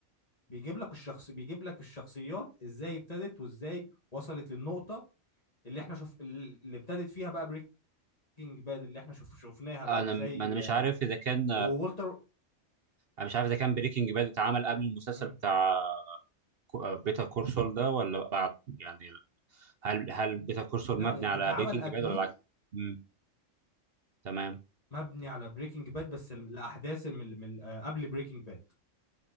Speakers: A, on the left; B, on the right.
A: بيجيب لك الشخص بيجيب لك الشخصيات ازاي ابتدت وازاي وصلت للنقطه اللي احنا شوف اللي ابتدت فيها بقى بريكنج باد اللي احنا شوف شفناها بقى
B: انا
A: ازاي
B: ما انا مش
A: آه،
B: عارف اذا كان
A: وولتر
B: انا مش عارف اذا كان بريكنج باد اتعمل قبل المسلسل
A: مم.
B: بتاع كو- بيتر كورسول ده ولا بعد يعني هل هل بيتر كورسول
A: لا
B: مبني على
A: اتعمل
B: بريكنج
A: قبليه
B: باد ولا العكس امم تمام
A: مبني على بريكنج باد بس ال- الاحداث من من آه، قبل بريكنج باد